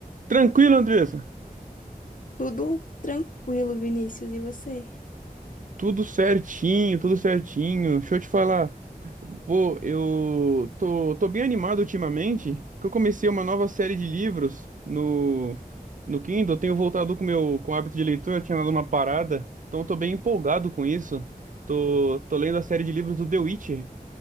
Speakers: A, on the right (about 55°); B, on the left (about 60°).
A: Tranquilo, Andressa.
B: Tudo tranquilo, Vinícius, e você?
A: Tudo certinho, tudo certinho. Deixa eu te falar. Pô, eu tô, tô bem animado ultimamente, que eu comecei uma nova série de livros no, no Kindle. Eu Tenho voltado com o meu com o hábito de leitura, eu tinha dado uma parada. Então eu tô bem empolgado com isso. Tô, tô lendo a série de livros do The Witcher.